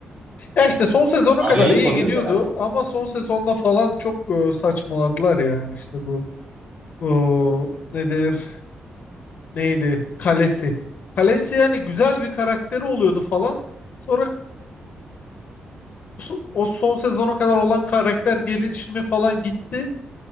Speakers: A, on the left (about 65°); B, on the right (about 40°).
A: Ya işte son sezona
B: Arya'yı
A: kadar iyi
B: koruyordu
A: gidiyordu
B: herhalde.
A: ama son sezonda falan çok e, saçmaladılar yani işte bu o, ne denir neydi kalesi. Kalesi yani güzel bir karakteri oluyordu falan. Sonra so- o son sezona kadar olan karakter gelişimi falan gitti.